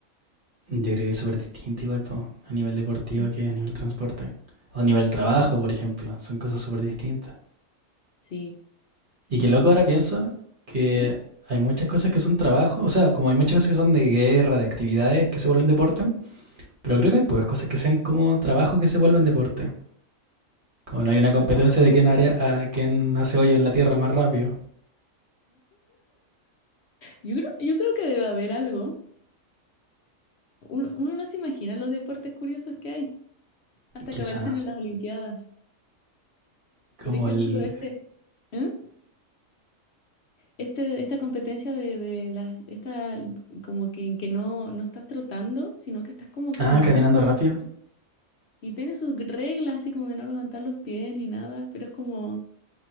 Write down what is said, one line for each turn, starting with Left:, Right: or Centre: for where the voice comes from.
Right: Yo creo que es súper distinto igual, po, a nivel deportivo
Left: Sí,
Right: que a nivel transporte. O a nivel trabajo,
Left: sí,
Right: por ejemplo. Son cosas súper distintas.
Left: sí. Sí,
Right: Y que
Left: total.
Right: loco ahora pienso que
Left: ¿Mm?
Right: hay muchas cosas que son trabajo. O sea, como hay muchas cosas que son de guerra, de actividades que se vuelven deporte. Pero creo que hay pues cosas que sean como trabajo que se vuelvan deporte. Como no hay una
Left: Trabajo.
Right: competencia de quién, área, a quién hace hoyo en la tierra más rápido.
Left: Yo creo, yo creo que debe haber algo. Uno, uno no se imagina los deportes curiosos que hay, hasta
Right: Quizá.
Left: que aparecen en las Olimpiadas.
Right: Como
Left: Por ejemplo,
Right: el...
Left: este, ¿eh? Este, esta competencia de, de las, esta, como que, en que no, no estás trotando, sino que estás como caminando.
Right: Ah, caminando rápido.
Left: Y tiene sus reglas, así como de no levantar los pies ni nada, pero es como,